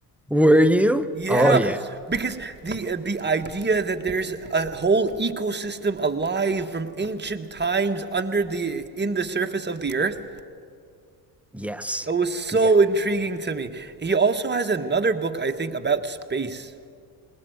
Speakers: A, in the centre; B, on the right.
A: Were you?
B: Yeah,
A: Oh yeah.
B: because the uh, the idea that there's a whole ecosystem alive from ancient times under the in the surface of the Earth,
A: Yes.
B: that was so
A: Yeah.
B: intriguing to me. He also has another book, I think, about space.